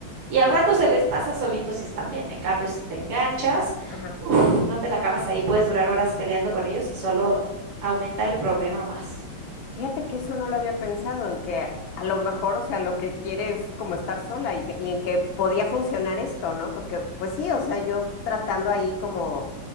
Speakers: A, on the right (about 80°); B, on the left (about 70°).
A: Y al rato se les pasa solitos si están bien. En cambio, si te enganchas,
B: ajá.
A: uf, no te la acabas ahí, puedes durar horas peleando con ellos y solo aumenta el problema más.
B: Fíjate que eso no lo había pensado, en que a lo mejor, o sea, lo que quiere es como estar sola y, que- y en que podía funcionar esto, ¿no? Porque, pues sí, o sea, yo
A: Ujú.
B: tratando ahí como,